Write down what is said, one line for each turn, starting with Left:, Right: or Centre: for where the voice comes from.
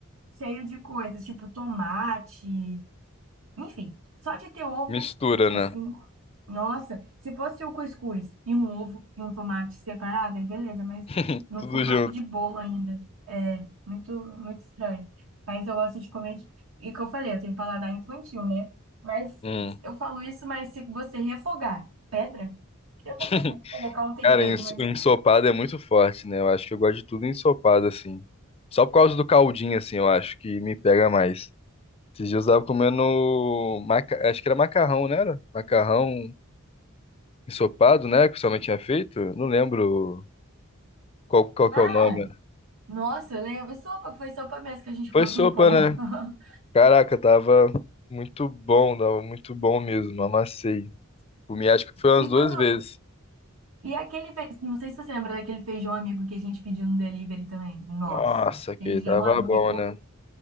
Right: cheio de coisas, tipo tomate, enfim, só de ter ovo,
Left: Mistura,
Right: assim,
Left: né?
Right: nossa, se fosse o cuscuz e um ovo e um tomate separado, aí beleza, mas
Left: <laughs>
Right: no
Left: Tudo
Right: formato
Left: junto.
Right: de bolo ainda, é muito, muito estranho. Mas eu gosto de comer, de... e que eu falei, eu tenho paladar infantil, né? Mas
Left: Hum.
Right: eu falo isso, mas se você refogar pedra, eu
Left: <laughs>
Right: vou comer, colocar um temperinho
Left: Cara, ens-
Right: ali.
Left: o ensopado é muito forte, né? Eu acho que eu gosto de tudo ensopado, assim. Só por causa do caldinho, assim, eu acho que me pega mais. Esses dias eu tava comendo. Maca... Acho que era macarrão, né? Era? Macarrão ensopado, né? Que sua mãe tinha feito. Não lembro qual, qual que
Right: Ah,
Left: é o nome.
Right: nossa, eu lembro, sopa, foi sopa mesmo que a gente
Left: Foi
Right: comeu
Left: sopa,
Right: com pão. <laughs>
Left: né? Caraca, tava muito bom, tava muito bom mesmo, amassei. Comi acho que foi umas
Right: E
Left: duas
Right: quando
Left: vezes.
Right: E aquele, fe... não sei se você lembra daquele feijão amigo que a gente pediu no delivery também. Nossa,
Left: Nossa, que
Right: feijão
Left: tava
Right: amigo,
Left: bom, né?